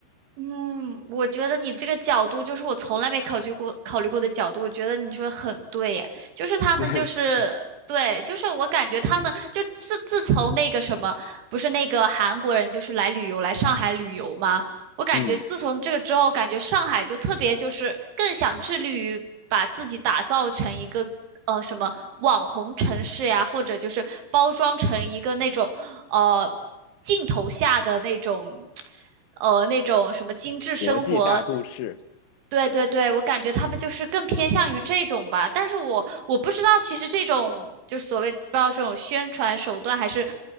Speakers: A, on the right (about 80°); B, on the left (about 70°).
A: 嗯，我觉得你这个角度就是我从来没考虑过考虑过的角度，我觉得你说的很对耶，就是他们就是对，
B: <laughs>
A: 就是我感觉他们就自自从那个什么，不是那个韩国人就是来旅游来上海旅游吗？我感觉自从这个之后，
B: 嗯，
A: 感觉上海就特别就是更想致力于把自己打造成一个呃什么网红城市呀，或者就是包装成一个那种呃镜头下的那种呃那种什么精致生活
B: 国际大都市。
A: 对对对，我感觉他们就是更偏向于这种吧，但是我我不知道，其实这种就是所谓不知道这种宣传手段还是